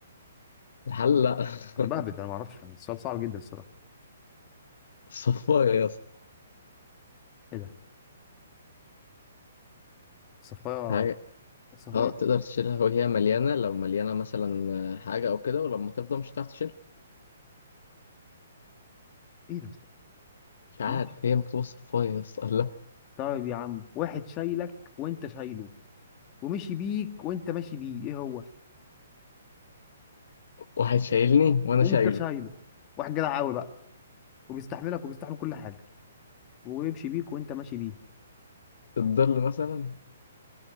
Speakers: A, on the left (about 65°); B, on the left (about 30°).
A: الحلة
B: انا بهبد
A: <laughs>
B: انا ما اعرفش يعني السؤال صعب جدا الصراحه
A: الصفاية يا اسطى
B: ايه ده صفايا
A: حاجة
B: صفايا
A: اه تقدر تشيلها وهي مليانة لو مليانة مثلا حاجة أو كده ولما تفضى مش هتعرف تشيلها
B: ايه ده
A: مش عارف
B: ماشي
A: هي مكتوبة الصفاية يا اسطى الله
B: طيب يا عم واحد شايلك وانت شايله ومشي بيك وانت ماشي بيه ايه هو
A: واحد شايلني وأنا
B: وانت
A: شايله
B: شايله واحد جدع قوي بقى وبيستحملك وبيستحمل كل حاجه ويمشي بيك وانت ماشي بيه
A: الظل مثلا